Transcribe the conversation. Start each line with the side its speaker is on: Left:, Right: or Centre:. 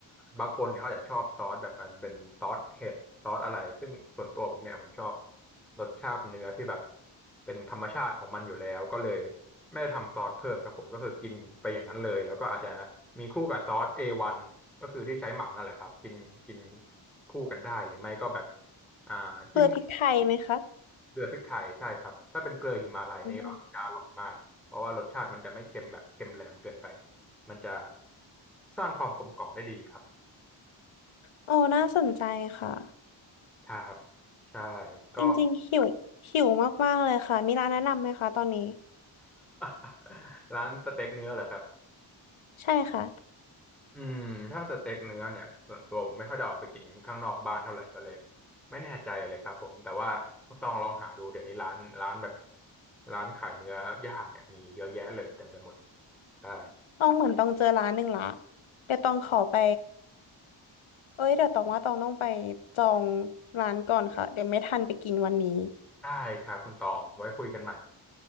Centre: บางคนเนี่ยเขาอาจจะชอบซอสแบบเป็นซอสเห็ดซอสอะไรซึ่งส่วนตัวผมเนี่ยผมชอบรสชาติเนื้อที่แบบเป็นธรรมชาติของมันอยู่แล้วก็เลยไม่ได้ทำซอสเพิ่มครับผมก็คือกินไปอย่างนั้นเลยแล้วก็อาจจะมีคู่กับซอส a นก็คือที่ใช้หมักนั่นแหละครับกินกินคู่กันได้หรือไม่ก็แบบอ่าจิ้ม
Left: เกลือพริกไทยไหมคะ
Centre: เกลือพริกไทยใช่ครับถ้าเป็นเกลือหิมาลัยนี่ก็จะอร่อยมากเพราะว่ารสชาติมันจะไม่เค็มแบบเค็มแหลมเกินไป
Left: อืม
Centre: มันจะสร้างความกลมกล่อมได้ดีครับ
Left: โอ้น่าสนใจค่ะ
Centre: ครับใช่ก็
Left: จริงๆ หิว หิวมากๆเลยค่ะ มีร้านแนะนำไหมคะตอนนี้
Centre: <laughs> ร้านสเต็กเนื้อเหรอครับ
Left: ใช่ค่ะ
Centre: อืมถ้าสเต็กเนื้อเนี่ยส่วนตัวผมไม่ค่อยได้ออกไปกินข้างนอกบ้านเท่าไหร่ก็เลยไม่แน่ใจเลยครับผมแต่ว่าต้องลองหาดูเดี๋ยวนี้ร้านร้านแบบร้านขายเนื้อย่างเนี่ยมีเยอะแยะเลยเต็มไปหมดใช่
Left: ต้องเหมือนต้องเจอร้านหนึ่งละ เดี๋ยวต้องขอไปเอ้ยเดี๋ยวต้องว่าต้องต้องไปจองร้านก่อนค่ะ เดี๋ยวไม่ทันไปกินวันนี้
Centre: ได้ครับคุณตองไว้คุยกันใหม่